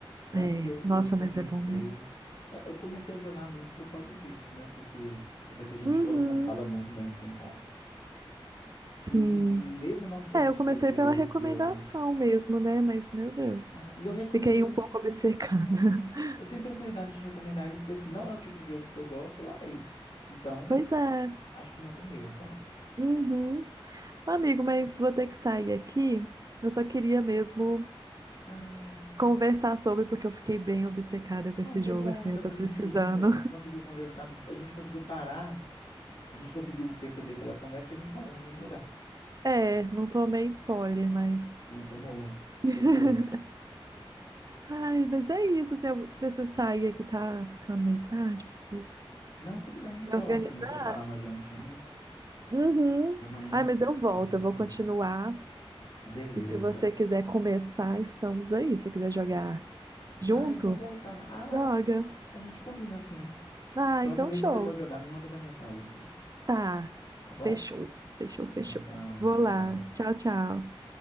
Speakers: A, on the left; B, on the right.
A: Tanto
B: É,
A: que eu,
B: nossa,
A: eu comecei.
B: mas é bom mesmo.
A: é, eu comecei a jogar muito por causa disso, né? Porque eu pensei, gente,
B: Uhum,
A: todo mundo fala muito bem, não tem como.
B: sim.
A: E, e, e mesmo não sendo
B: É,
A: um
B: eu
A: estilo
B: comecei
A: de jogo
B: pela recomendação
A: que eu.
B: mesmo, né? Mas, meu Deus,
A: é, e eu recomendo
B: fiquei
A: ele.
B: um pouco obcecada. <laughs>
A: Eu tenho tranquilidade de recomendar ele, porque assim, não é o tipo de jogo que eu gosto, eu amei. Então,
B: Pois é.
A: acho que não tem erro, sabe?
B: Uhum. Amigo, mas vou ter que sair aqui. Eu só queria mesmo
A: Ah,
B: conversar sobre, porque eu fiquei bem obcecada com
A: ah,
B: esse
A: foi
B: jogo,
A: bom,
B: assim,
A: deu
B: eu tô
A: pra
B: precisando.
A: gente, a gente, a gente conseguiu conversar, a gente conseguiu parar, a gente conseguiu perceber pela conversa que a gente parou no mesmo lugar.
B: É, não tomei spoiler, mas.
A: Não tomou
B: <laughs>
A: por pouco.
B: Ai, mas é isso, assim, eu preciso sair aqui, tá ficando meio tarde, preciso
A: Não, tudo bem.
B: me
A: Vou
B: organizar.
A: lá também preparar uma jantinha.
B: Uhum.
A: E amanhã
B: Ai, mas eu volto,
A: tem dia de
B: eu vou
A: novo.
B: continuar.
A: Beleza.
B: E se você quiser começar, estamos aí. Se você quiser jogar junto,
A: Ah, eu vou voltar. Ah,
B: joga.
A: a gente combina assim.
B: Ah,
A: Próxima
B: então
A: vez
B: show.
A: que você for jogar, me manda uma mensagem aqui.
B: Tá.
A: Tá bom?
B: Fechou, fechou,
A: Fechou
B: fechou.
A: então.
B: Vou
A: Tchau,
B: lá.
A: tchau.
B: Tchau, tchau.